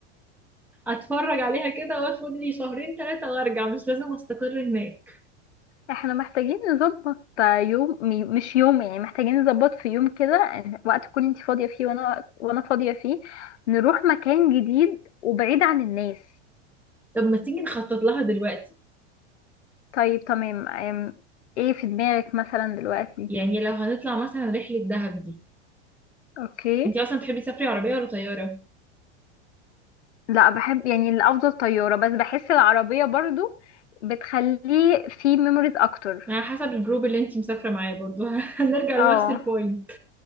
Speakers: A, in the centre; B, on the left (about 80°).
A: فاتفرج <laughs> عليها كده واخد لي شهرين ثلاثة وارجع مش لازم استقر هناك
B: احنا محتاجين نظبط يوم م- مش يوم يعني محتاجين نظبط في يوم كده آه، وقت تكون انت فاضية فيه وانا وانا فاضية فيه نروح مكان جديد وبعيد عن الناس
A: طب ما تيجي نخطط لها دلوقتي
B: طيب تمام آم، ايه في دماغك مثلا دلوقتي
A: يعني لو هنطلع مثلا رحلة دهب دي
B: اوكي
A: انتي اصلا تحبي تسافري عربية ولا طيارة
B: لا بحب يعني الافضل طياره بس بحس العربيه برضو بتخليه فيه ميموريز اكتر
A: على حسب الجروب اللي انتي مسافرة معاه برضو <laughs> هنرجع
B: اه
A: لنفس البوينت